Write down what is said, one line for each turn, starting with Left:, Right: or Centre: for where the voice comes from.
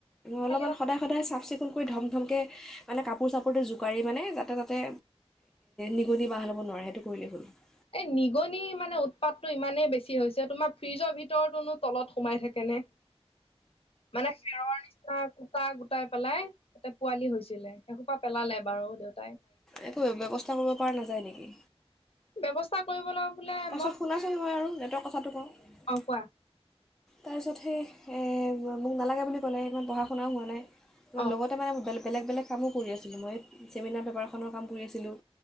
Centre: অলপমান
Left: খালি
Centre: সদায় সদায় চাফ চিকুণ কৰি ধম প্ৰথমকৈ মানে কাপোৰ চাপোৰটো জোকাৰি মানে যাতে তাতে নিগনি বাহ হ'ব নোৱাৰে সেইটো <unintelligible> কৰিলে হল। <unintelligible>
Left: এই নিগনি মানে উৎপাতটো ইমানেই বেছি হৈছে তোমাৰ ফ্ৰিজৰ ভিতৰতোনো তলত সোমাই থাকে। কেনে মানে খেৰৰ নিচিনা গোটা গোটাই <unintelligible> পেলাই ততে পোৱালি হৈছিলে সেইসোপা পেলালে বাৰু দেউতা
Centre: একো ব্যৱস্থা কৰিব পৰা নাযায় নেকি?
Left: ব্যৱস্থা কৰিবলৈ বোলে
Centre: তাৰপিছত
Left: মই
Centre: শুনাচোন মই আৰু নেটৰ কথাটো কওঁ <unintelligible>
Left: অ কোৱা
Centre: তাৰপিছত সেই মোক নালাগে বুলি ক'লে ইমান পঢ়া শুনাও হোৱা নাই <unintelligible> ম
Left: অ
Centre: লগতে মানে মোবাইল বেলেগ বেলেগ কামো কৰি আছিলোঁ মই চেমিনাৰ পেপাৰখনৰ কাম কৰি আছিলোঁ